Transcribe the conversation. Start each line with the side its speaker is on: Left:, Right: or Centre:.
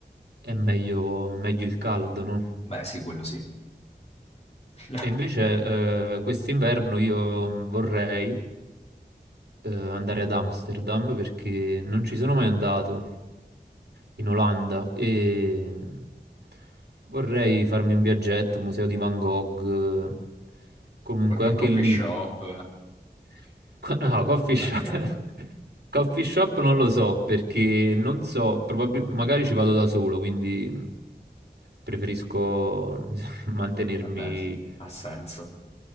Right: è meglio, meglio il caldo, no?
Left: Beh, sì, quello sì. <laughs>
Right: E invece eh, quest'inverno io mm, vorrei eh, andare ad Amsterdam perché non ci sono mai andato in Olanda e mm, vorrei farmi un viaggetto, museo di Van Gogh, eh, comunque
Left: Qualche
Right: anche
Left: coffee
Right: lì.
Left: shop.
Right: <laughs> Co- No, coffee
Left: <laughs>
Right: shop. <laughs> Coffee shop non lo so perché non so, probab- magari ci vado da solo, quindi preferisco <laughs> mantenermi
Left: Vabbè, sì, ha senso.